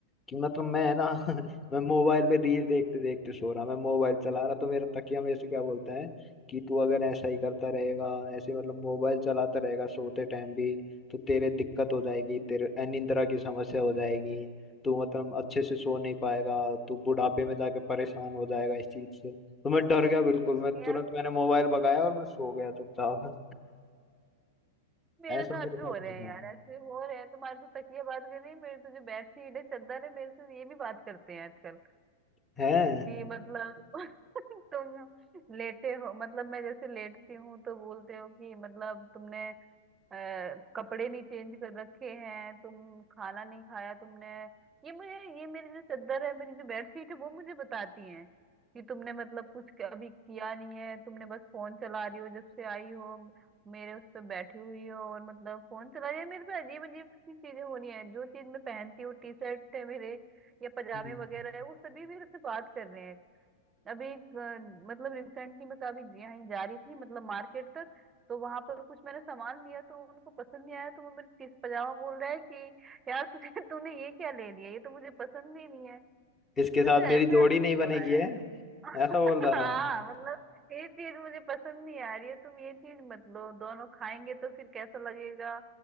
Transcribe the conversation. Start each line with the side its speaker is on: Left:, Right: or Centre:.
Left: कि मतलब मैं है ना <laughs> मैं मोबाइल में रील देखते देखते सो रहा मैं मोबाइल चला रहा तो मेरा तकिया मेरे से क्या बोलता है कि तू अगर ऐसा ही करता रहेगा ऐसे मतलब मोबाइल चलाता रहेगा सोते टाइम भी तो तेरे दिक्कत हो जाएगी तेरे अनिद्रा की समस्या हो जाएगी तू मतलब अच्छे से सो नहीं पाएगा तू बुढ़ापे में जाके परेशान हो जाएगा इस चीज से तो मैं डर गया बिल्कुल मैं
Right: यार
Left: तुरंत मैंने मोबाइल भगाया और मैं सो गया चुपचाप
Right: मेरे
Left: ऐसा
Right: साथ
Left: मेरे साथ
Right: भी हो रहे
Left: होना
Right: हैं यार ऐसे हो रहे हैं तुम्हारे तो तकिया बात कर रही है मेरे तो जो बेडशीट है चादर है मेरे से ये भी बात करते हैं आजकल
Left: है
Right: कि मतलब <laughs> तुम लेटे हो मतलब मैं जैसे लेटती हूँ तो बोलते हो कि मतलब तुमने अ, कपड़े नहीं चेंज कर रखे हैं तुम खाना नहीं खाया तुमने ये मुझे ये मेरी जो चद्दर है मेरी जो बेडशीट है वो मुझे बताती हैं कि तुमने मतलब कुछ क- अभी किया नहीं है तुमने बस फोन चला रही हो जब से आई हो मेरे उस पे बैठी हुई हो और मतलब फोन चला रही है मेरे पे अजीब अजीब सी चीजें हो रही हैं जो चीज मैं पहनती हूँ टी शर्ट है मेरे या पजामे
Left: हम्म।
Right: वगैरह है वो सभी मेरे से बात कर रहे हैं अभी एक, अ, मतलब रिसेंटली मैं कभी यहाँ जा रही थी मतलब मार्केट तक तो वहां पर कुछ मैंने सामान लिया तो उनको पसंद नहीं आया तो वो मेरे टीस पजामा बोल रहा है कि यार तुझे <laughs> तूने ये क्या ले लिया ये तो मुझे पसंद ही नहीं है
Left: इसके
Right: मेरे
Left: साथ
Right: से
Left: मेरी
Right: ऐसे
Left: जोड़ी
Right: ऐसे
Left: नहीं
Right: क्यों
Left: बनेगी
Right: हो रहा
Left: है
Right: है <laughs>
Left: ऐसा बोल रहा
Right: हाँ
Left: था
Right: मतलब ये चीज मुझे पसंद नहीं आ रही है तुम ये चीज मत लो दोनों खाएंगे तो फिर कैसा लगेगा